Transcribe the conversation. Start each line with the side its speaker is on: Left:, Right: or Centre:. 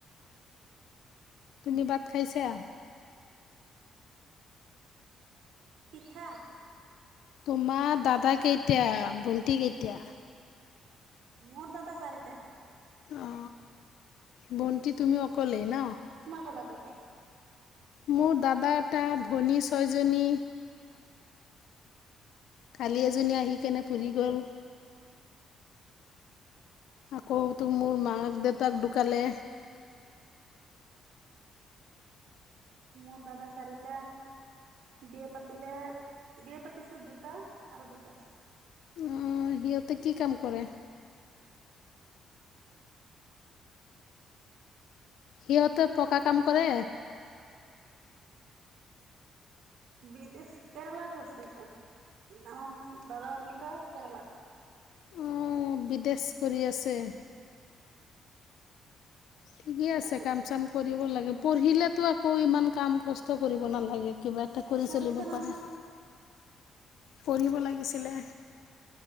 Left: তুমি ভাত খাইছা?
Right: পিঠা।
Left: তোমাৰ দাদা কেইতিয়া ভণ্টি কেইতিয়া?
Right: মোৰ দাদা চাৰিটা।
Left: অ ভন্টি তুমি অকলেই ন
Right: তোমাৰ বাবা কেইতা?
Left: মোৰ দাদা এটা ভনী ছয়জনী কালি এজনী আহি কেনে ফুৰি গ'ল আকৌ তো মোৰ মাক দেউতাক ঢুকালে
Right: মোৰ দাদা চাৰিটা। বিয়ে পাতিলে বিয়ে পাতিছ দুটা আৰু দুটা।
Left: অ সিতে কি কাম কৰে? সিহঁতে পকা কাম কৰে?
Right: বিদেশ কেৰেলা গৈছে তক নাম দাদা দুটা কেৰেলাত
Left: অঁ বিদেশ কৰি আছে। ঠিকে আছে
Right: আৰু
Left: কাম চাম কৰিব লাগে পঢ়িলেতো আকৌ ইমান কাম কষ্ট কৰিব নালাগে। কিবা এটা কৰি
Right: পঢ়িছে
Left: চলিব
Right: না
Left: পাৰে।
Right: না
Left: পিব লাগিছিলে